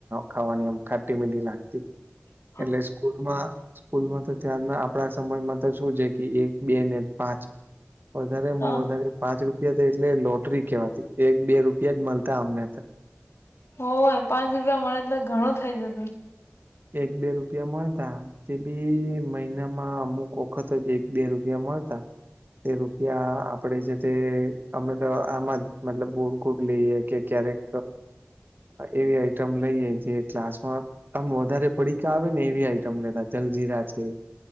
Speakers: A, on the right; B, on the left.
A: ખાવાની આમ ખાટી મીઠી લાગતી
B: <inaudible>
A: એટલે સ્કૂલ માં સ્કૂલમાં તો ત્યાર આપણા સમયમાં તો શું છે કે એક બે ને પાંચ વધારેમાં
B: હ
A: વધારે પાંચ રૂપિયા થ એટલે લોટરી કેવાથી એક બે રૂપિયા યદ મળતા આમને ત
B: હો પાંચ રૂપિયા મળે એટલે ઘણું થઇ જતું
A: એક બે રૂપિયા મળતા તે બી મહિનામાં અમુક વખત જ એક બે રૂપિયા મળતા તે રૂપિયા આપણેે છે તે અમે તો આમાં જ મતલબ બોરકૂ જ લઈએ કે ક્યારેક એવી આઈટમ લઈએ જે ક્લાસ માંમ વધારે પડીકા આવે ને એવી આઈટમ લેતા જલજીરા છે